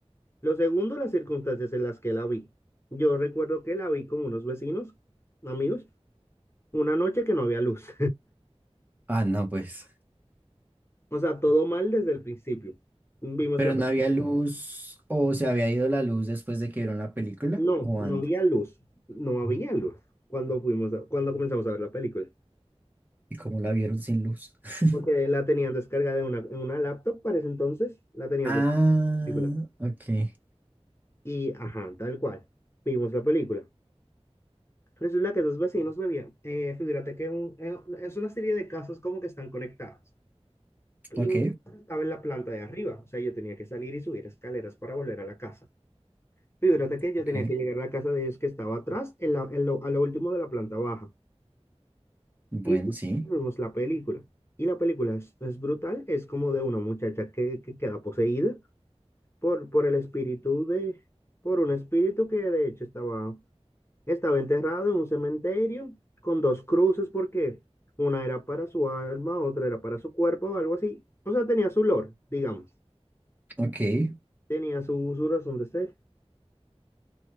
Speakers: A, on the left; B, on the right.
A: Lo segundo, las circunstancias en las que la vi. Yo recuerdo que la vi con unos vecinos, amigos, una noche que no había luz.
B: Ah, no, pues.
A: O sea, todo mal desde el principio. Vimos
B: Pero
A: la
B: no
A: pe-
B: había luz o se había ido la luz después de que vieron la película
A: No,
B: o
A: no
B: antes.
A: había luz. No había luz cuando fuimos a- cuando comenzamos a ver la película.
B: ¿Y cómo la vieron sin luz? <laughs>
A: Porque la tenían descargada en una, en una laptop para ese entonces. La tenían
B: Ah,
A: descargada la película.
B: ok,
A: Y, ajá, tal cual. Vimos la película. Resulta que dos vecinos bebían. Eh, figúrate que un- eh, es una serie de casas como que están conectadas. Y
B: ok,
A: mi casa estaba en la planta de arriba. O sea, yo tenía que salir y subir escaleras para volver a la casa. Fíjate que yo
B: ok.
A: tenía que llegar a la casa de ellos que estaba atrás, en la- en lo- a lo último de la planta baja.
B: Bueno,
A: Y pues,
B: sí,
A: vimos la película. Y la película es, es brutal, es como de una muchacha que, que queda poseída por, por el espíritu de, por un espíritu que de hecho estaba, estaba enterrado en un cementerio con dos cruces porque una era para su alma, otra era para su cuerpo o algo así. O sea, tenía su lore, digamos.
B: ok,
A: Tenía su, su razón de ser.